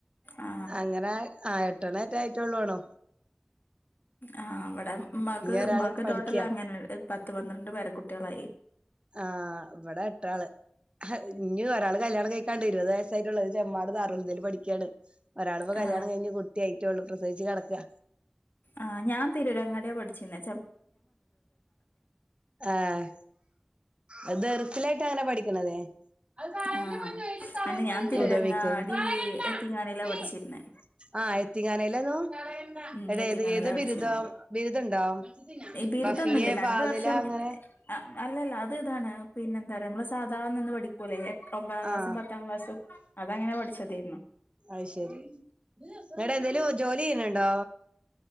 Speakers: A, on the left (about 50°); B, on the right (about 25°).
A: ആ
B: അങ്ങനെ ആ എട്ടണ്ണേറ്റെ ആയിട്ടുള്ളോലോ.
A: ആ ഇവിടെ ഉമ്മക്ക്
B: ഒരാള്
A: ഉമ്മാക്ക്
B: പഠിക്ക്യാ
A: ട്ടോട്ടൽ അങ്ങനെ പത്ത് പന്ത്രണ്ട് പേരക്കുട്ടികളായി.
B: ആഹ് ഇവിടെ എട്ടാള് ഇനി ഒരാള് കല്യാണം കഴിക്കാണ്ട് ഇരുപത് വയസ്സായിട്ടുള്ളൂ അത് ചെമ്മാട് ദാറുൽഹുദയിൽ പഠിക്കയാണ്. ഒരാളിപ്പോ
A: ആ
B: കല്യാണം കഴിഞ്ഞ് കുട്ടി ആയിട്ടുള്ളൂ പ്രസവിച്ച് കിടക്കാ.
A: ആഹ് ഞാൻ തിരൂരങ്ങാടിയാ പഠിച്ചീനെ.
B: ആഹ് അത് ഇലായിട്ട് അങ്ങനെ പഠിക്ണതേ അത് കളയല്ലേ
A: ആ
B: പൊന്നു
A: അന്നെ ഞാൻ തിരൂരങ്ങാടി
B: അതില് കയമ്പ്ണ്ട്. കളയണ്ട
A: എത്തിങ്ങാനീലാ
B: ടി
A: പഠിച്ചിരുന്നെ
B: ആഹ് യതീം ഖാനയിലെയിനു
A: ഉം
B: അതേത്
A: എത്തിങ്ങാനീലാ
B: ഏത്
A: പഠിച്ചിരുന്നെ
B: ബിരുദാ ബിരുദണ്ടോ
A: ബിരുദൊന്നുല്ല
B: വഫിയെ
A: രണ്ട്
B: ഫാളിലെ
A: വർഷം
B: അങ്ങനെ
A: ആഹ് അല്ലല്ല അത് ഇതാണ് പിന്നെ എന്താ പറയാ നമ്മളെ സ് സാധാ നിന്ന് പഠിക്കൂല്ലേ ഒമ്പതാം ക്ലാസ്സും
B: ആഹ്
A: പത്താം ക്ലാസ്സും അത് അങ്ങനെ പഠിച്ചതേയ്നു.
B: അത് ശരി. എന്നിട്ട് എന്തേലും ജോലി ചെയ്യണുണ്ടോ?